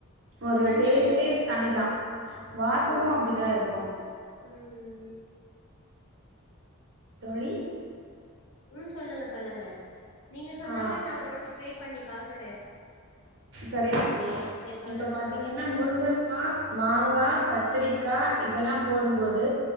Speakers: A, on the right (about 55°); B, on the left (about 65°).
A: ஒரு
B: தனியே
A: டேஸ்ட்டே தனிதா வாசமு அப்டிதா இருக்கு
B: ம் ம்
A: தோழி
B: ம் சொல்லுங்க சொல்லுங்க நீங்க சொன்ன
A: ஆ
B: மாரி நா ஒரு வாட்டி ட்ரை பண்ணி பாக்குற
A: தரி தோழி
B: சொல்லும்
A: இப்ப பாத்தீங்கன்னா
B: போது
A: முருங்கக் பார் மாங்கா கத்துரிக்கா இதல்லா போடும்போது